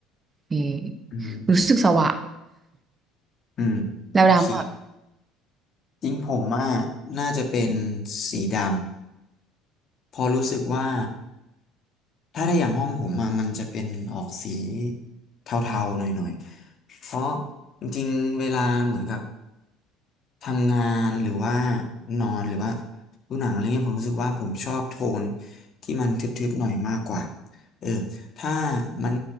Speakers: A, on the right; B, on the left.
A: เออ
B: ำอืม
A: รู้สึกสว่าง
B: อืมโอเค
A: <laughs> แล้วดำอ่ะ
B: จริงผมอ่ะน่าจะเป็นสีดำเพอรู้สึกว่าถ้าได้อย่างห้องผมอ่ะมันจะเป็นออกสีเทาๆหน่อยๆเพราะจริงๆเวลาเหมือนกับ ทำงานหรือว่านอนหรือว่าดูหนังอะไรเงี้ยผมรู้สึกว่าผมชอบโทนที่มันทึบๆหน่อยมากกว่าเออถ้ามัน